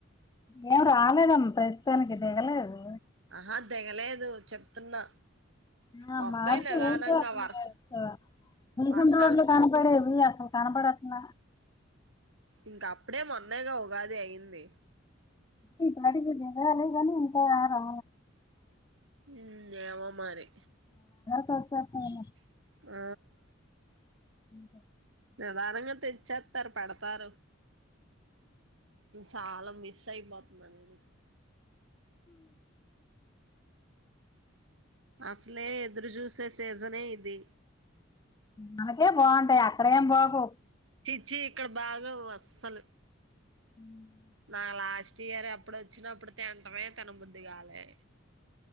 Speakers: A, on the left; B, on the right.
A: ఏం రాలేదమ్మా ప్రస్తుతానికి దిగలేదు
B: ఆహా దిగలేదు చెప్తున్నా
A: ఆ
B: వస్తాయి
A: మార్చి
B: నిదానంగా
A: లో ఎన్టీవో అసలు
B: వర్ష
A: ఇయర్స్ మన
B: వర్షాలు
A: కుంటు రోడ్లు కనపడేవి అసలు కనపడట్ల
B: ఇంక అప్పుడే మొన్నే గా ఉగాది అయింది
A: ఈ పాటికి దిగాలే గానిఉంటాయా ఆరా
B: ఉమ్ ఏమో మరి
A: సర్ సర్ సరేలే
B: ఆ
A: <inaudible>
B: నిదానంగా తెచ్చేత్తారు పెడతారు చాలా మిస్ అయిపోతున్నా నేను అసలే ఎదురు చూసే సీజనే ఇది
A: మనకే బాగుంటాయి అక్కడ ఏం బాగో వ్
B: చీ ఇక్కడ బాగోవు అస్సలు
A: ఉమ్
B: ఆ లాస్ట్ ఇయర్ అప్పుడు వచ్చినప్పుడు తింటమే తినబుద్ధి కాలే